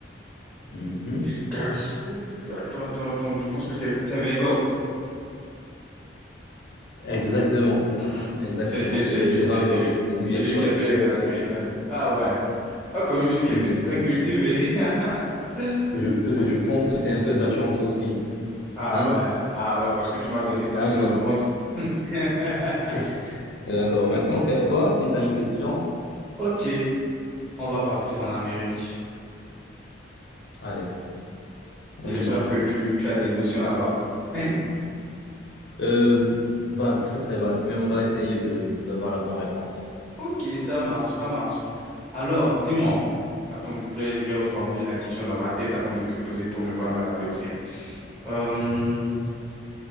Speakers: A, on the left; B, in the centre.
A: Mhm.
B: Picasso. Attends, attends, attends. Je pense que c'est c'est Van Gogh.
A: Exactement.
B: Mhm.
A: Exactement.
B: C'est c'est-
A: C'est,
B: c'est lui,
A: c'est
B: c'est
A: Van
B: c'est
A: Gogh,
B: lui.
A: La nuit
B: C'est
A: étoilée.
B: lui qui a fait euh, la
A: C'est-
B: nuit étalée. Ah ouais. Ah, quand même, je suis quelqu'un
A: Exactement.
B: de très cultivé. <laughs>
A: Je peux, je pense que c'est un peu de la chance aussi.
B: Ah
A: Hein?
B: ouais, ah ouais, parce que tu m'as donné plusieurs
A: Un peu.
B: réponses. <laughs>
A: Eh, D'accord. Maintenant, c'est à toi. Si tu as une question,
B: Ok, on va partir en Amérique.
A: allez,
B: J'espère
A: on y va.
B: que tu, tu as des notions là-bas. <laughs>
A: Euh, vague, très très vague, mais on va essayer de d'avoir la bonne réponse.
B: Ok, ça marche, ça marche. Alors, dis-moi, attends, je vais, je vais reformuler la question dans ma tête avant de te poser pour ne pas me rater aussi. Euh,